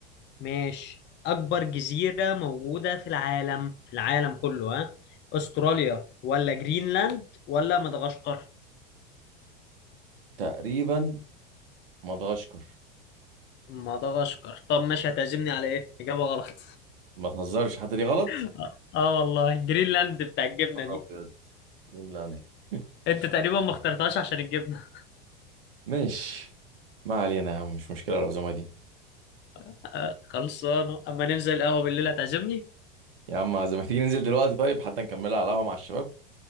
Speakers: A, on the left; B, on the right.
A: ماشي اكبر جزيرة موجودة في العالم في العالم كله ها استراليا ولا جرينلاند ولا مدغشقر
B: تقريبا مدغشقر
A: مدغشقر طب ماشي هتعزمني على إيه إجابة غلط
B: ما تهزرش حتى دي غلط
A: <laughs> اه والله جرينلاند بتاع الجبنة
B: اه
A: دي
B: بجد جرينلاند <laughs>
A: انت تقريبا ما اخترتهاش عشان الجبنه
B: ماشي ما علينا يا عم مش مشكلة العزومة دي
A: <laughs> آه، خلصانه اما ننزل القهوه بالليل هتعزمني
B: يا عم عزومة تيجي ننزل دلوقتي طيب حتى نكملها على القهوة مع الشباب